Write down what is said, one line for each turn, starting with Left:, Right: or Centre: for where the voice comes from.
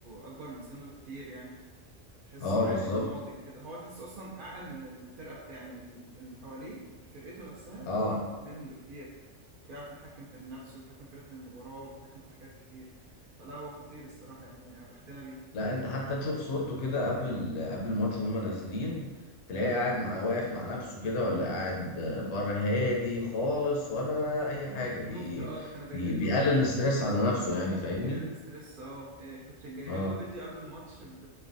Right: اكبر من سنه بكتير يعني تحسه
Left: اه
Right: عاقل
Left: بالظبط
Right: ناضج كده هو تحسه اصلا اعقل من الفرقه بتاع يعني من اللي حواليه فرقته نفسها
Left: اه
Right: هو اعقل منهم بكتير بيعرف يتحكم في النفس ويتحكم في رتم المباراه ويتحكم في حاجات كتير فلا هو خطير الصراحه يعني بختنا بيه
Left: لا انت حتى تشوف صورته كده قبل ال... قبل الماتش وهما نازلين تلاقيه قاعد مع واقف مع نفسه كده ولا قاعد بره هادي خالص ولا اي حاجه
Right: شفت
Left: بي...
Right: اه ده كانوا جايبين
Left: بي... بيقلل
Right: له فيديو
Left: الاستريس على نفسه يعني فاهمني
Right: يعني بيقلل الستريس اه إيه، كنت جايبين
Left: اه
Right: له فيديو قبل الماتش ب...